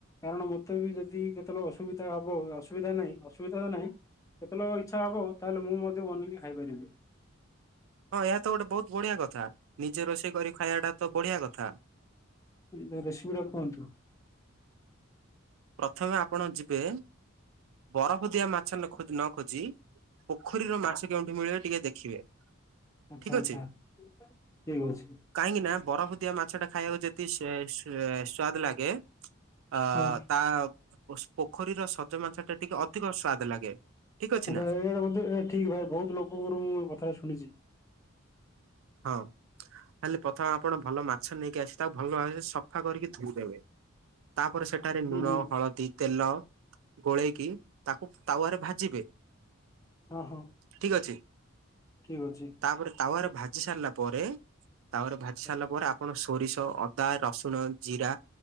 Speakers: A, on the left; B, on the right.
A: କାରଣ ମୋତେ ବି ଯଦି କେତବେଳେ ଅସୁବିଧା ହବ ଅସୁବିଧା ନାହିଁ। ଅସୁବିଧା ତ ନାହିଁ ଯେତେଲ ଇଚ୍ଛା ହବ ତାହେଲେ ମୁଁ ମଧ୍ୟ ବନେଇକି ଖାଇପାରିବି।
B: ହଁ ଏହା ତ ଗୋଟେ ବହୁତ ବଢିଆ କଥା ନିଜେ ରୋଷେଇ କରି ଖାଇଆଟା ତ ବଢିଆ କଥା।
A: ରେ- ରେସିପି ଟା କୁହନ୍ତୁ।
B: ପ୍ରଥମେ ଆପଣ ଯିବେ। ବରଫ ଦିଆ ମାଛ ନ ଖୋଜି ନ ଖୋଜି। ପୋଖରୀର ମାଛ ସେ କେଉଁଠି ମିଳିବ ଟିକେ ଦେଖିବେ।
A: ଆଚ୍ଛା
B: ଠିକ୍
A: ଆଚ୍ଛା
B: ଅଛି
A: ଠିକ ଅଛି
B: କାହିଁକି ନା ବରଫ ଦିଆ ମାଛଟା ଖାଇବାକୁ ଯେତିକି ସେ ସୁଆଦ ଲାଗେ ଅ,
A: ହଁ
B: ଆଉ ପୋସ୍‌ ପୋଖରୀର ସଜ ମାଛଟା ଟିକେ ଅଧିକ ସ୍ଵାଦ ଲାଗେ। ଠିକ ଅଛି
A: ଆଚ୍ଛା
B: ନା
A: ଏଇରା ବୋଧେ ଏ ଠିକ ଭାଇ ବହୁତ ଲୋକଙ୍କଠୁ ମୁଁ ଏ କଥାଟା ଶୁଣିଛି।
B: ହଁ ହେଲେ ପ୍ରଥମେ ଆପଣ ଭଲ ମାଛ ନେଇକି ଆସ‌ ତାକୁ ଭଲ ଭାବରେ ସଫା କରିକି ଧୋଇଦବେ। ତାପରେ ସେଠାରେ
A: ହୁଁ
B: ଲୁଣ,
A: ହୁଁ
B: ହଳଦୀ, ତେଲ ଗୋଳେଇକି ତାକୁ ତାୱରେ ଭାଜିବେ
A: ହଁ ହଁ
B: ଠିକ ଅଛି।
A: ଠିକ ଅଛି
B: ତାପରେ ତାୱାରେ ଭାଜି ସାରିଲା ପରେ। ତାୱାରେ ଭାଜି
A: ଆଚ୍ଛା
B: ସାରିଲା ପରେ। ଆପଣ ସୁ ସୋରିଷ, ଅଦା, ରସୁଣ, ଜିରା,